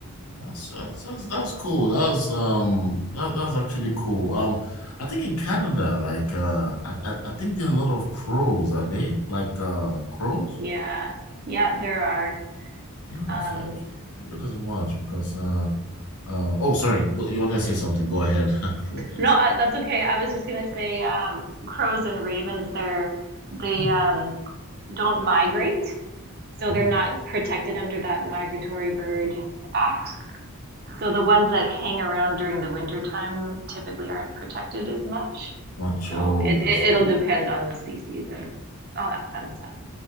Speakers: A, on the left; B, on the right.
A: that's that's that's that's cool. That's um that that's actually
B: <laughs>
A: cool. Um, I think in Canada, like uh, I I I think there are a lot of crows. Are they like uh crows?
B: Yeah, yeah, there are.
A: Yeah,
B: Um,
A: I felt figured as much because uh uh oh sorry, Go- you want to say something? Go ahead. <laughs> I apologize.
B: no, uh, that's okay. I was just gonna say, uh, crows and ravens, they're they
A: Hmm.
B: um, don't migrate. So
A: Oh,
B: they're not protected under that Migratory Bird Act. So the ones that hang around during the winter time typically aren't protected as much.
A: much.
B: So
A: Oh,
B: it, it
A: I see.
B: it'll depend on the species and all that fun stuff.